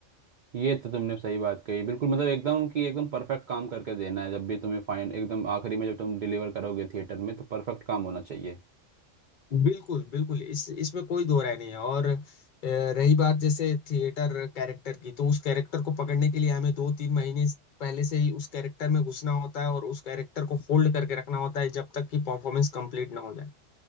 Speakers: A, on the right; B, on the left.
A: ये तो तुमने सही बात कही बिल्कुल मतलब एकदम कि एकदम परफेक्ट काम करके देना है जब भी तुम्हें फाइन एकदम आखिरी में जब तुम डिलीवर करोगे थिएटर में तो परफेक्ट काम होना चाहिए
B: बिल्कुल बिल्कुल इस इसमें कोई दो राय नहीं है और अ, रही बात जैसे थिएटर कैरेक्टर की तो उस कैरेक्टर को पकड़ने के लिए हमें दो तीन महीने पहले से ही उस कैरेक्टर में घुसना होता है और उस कैरेक्टर को होल्ड करके रखना होता है जब तक कि परफॉर्मेंस कंप्लीट ना हो जाए